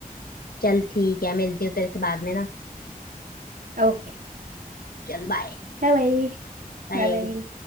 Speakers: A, on the left; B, on the right.
A: चल ठीक है मिलती हूँ तेरे से बाद में ना
B: Okay
A: चल बाय
B: bye Bye
A: बाय
B: bye Bye